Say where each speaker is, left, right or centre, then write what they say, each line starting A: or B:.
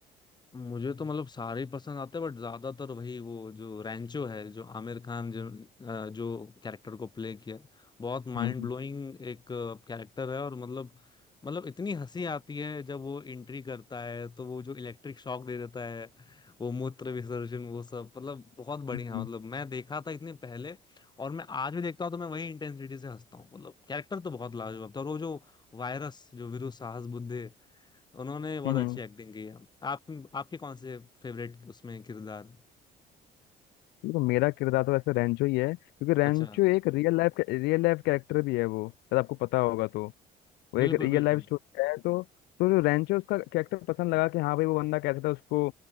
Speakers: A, on the left; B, on the left.
A: मुझे तो मतलब सारे ही पसंद आते हैं बट ज्यादातर वही वो जो रैंचो है जो आमिर खान जो अ, जो कैरेक्टर को प्ले किया है, बहुत माइंड
B: हम्म
A: ब्लोइंग एक कैरेक्टर है और मतलब मतलब इतनी हंसी आती है जब वो एंट्री करता है तो वो जो इलेक्ट्रिक शॉक दे देता है वो मूत्र विसर्जन वो सब मतलब बहुत बढ़िया
B: हम्म हम्म,
A: मतलब मैं देखा था इतने पहले और मैं आज भी देखता हूँ तो मैं वही इंटेंसिटी से हंसता हूँ मतलब कैरेक्टर तो बहुत लाजवाब था और वो जो वायरस जो वीरू साहस बुद्धे उन्होंने बहुत
B: हम्म,
A: अच्छी
B: हम्म।
A: एक्टिंग की है आप आपके कौन से फेवरेट उसमें किरदार हैं?
B: देखो मेरा किरदार तो वैसे रेंचो ही है क्योंकि
A: अच्छा
B: रेंचो एक real life real life character भी है वो शायद आपको पता होगा तो वो
A: बिल्कुल
B: एक रियल
A: बिल्कुल
B: लाइफ स्टोरी है तो तो जो रेंचो उसका कैरेक्टर पसंद लगा कि हाँ भाई वो बंदा कैसा था उसको